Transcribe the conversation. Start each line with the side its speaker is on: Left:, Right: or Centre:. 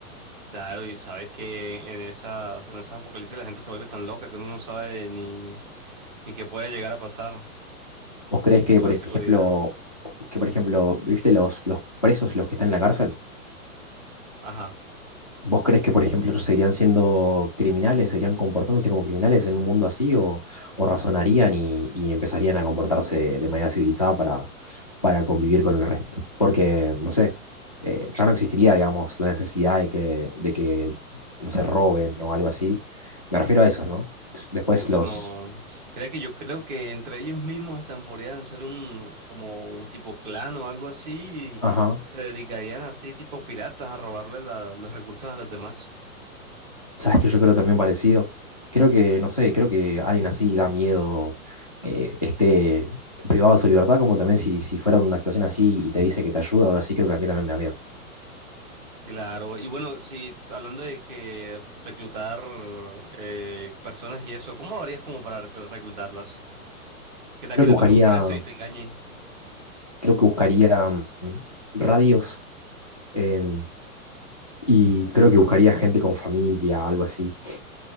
Right: Claro, y sabes que en esas, en esas apocalipsis la gente se vuelve tan loca que uno no sabe ni, ni qué puede llegar a pasar.
Left: ¿Vos creés
Right: Siempre
Left: que, por
Right: la
Left: ejemplo,
Right: seguridad.
Left: que por ejemplo, viste los, los presos, los que están en la cárcel?
Right: Ajá.
Left: ¿Vos crees que, por ejemplo, ellos seguirían siendo criminales, seguirían comportándose como criminales en un mundo así o, o razonarían y, y empezarían a comportarse de manera civilizada para, para convivir con el resto? Porque, no sé, eh, ya no existiría, digamos, la necesidad de que, de que no se roben o algo así. Me refiero a eso, ¿no? Después
Right: Uf,
Left: los...
Right: no. Mira que yo creo que entre ellos mismos hasta podrían ser un como un tipo clan o algo así
Left: Ajá.
Right: y se dedicarían así tipo piratas a robarle la- los recursos a los demás.
Left: Sabes que yo creo también parecido. Creo que, no sé, creo que alguien así da miedo, eh, esté privado de su libertad, como también si, si fuera una situación así y te dice que te ayuda, ahora sí creo que a mí también me da miedo.
Right: Claro. Y bueno, si hablando de que reclutar eh, personas y eso, ¿cómo harías como para rec- reclutarlas? ¿Qué tal
Left: Creo
Right: que
Left: que
Right: te
Left: buscaría,
Right: toque un preso y te engañe?
Left: creo que buscaría mm, radios en- y creo que buscaría gente con familia, algo así,